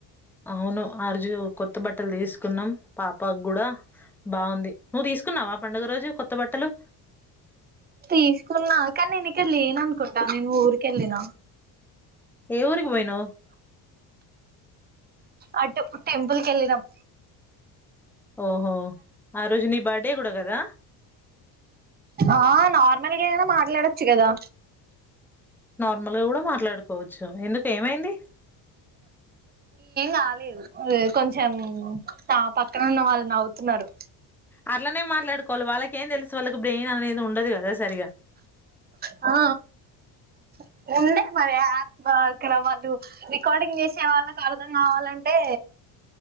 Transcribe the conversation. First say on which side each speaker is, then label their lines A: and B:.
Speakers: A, in the centre; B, on the right (about 20°).
A: అవును అరుజు కొత్త బట్టలు తీసుకున్నాం పాపకు కూడా బాగుంది నువ్వు తీసుకున్నావా పండుగ రోజు కొత్త బట్టలు
B: తీసుకున్నా కానీ నేను ఇక్కడ లేన అనుకుంటా నేను ఊరిక వెళ్ళిన
A: ఏ ఊరికి పోయినవు
B: అటు టెంపుల్ కి వెళ్ళినం
A: ఓహో ఆ రోజు నీ బర్త్డే కూడా కదా
B: ఆ నార్మల్ <unintelligible> మాట్లాడచ్చు కదా
A: నార్మల్గా కూడా మాట్లాడుకోవచ్చు ఎందుకు ఏమైంది
B: రాలేదు కొంచెం ఆ పక్కన ఉన్న వాళ్ళుని నవ్వుతున్నారు
A: అట్లనే మాట్లాడుకోవాలి వాళ్ళకేం తెలుసు వాళ్ళకి బ్రెయిన్ అనేది ఉండదు కదా సరిగా
B: ఆ <unintelligible> కావాలంటే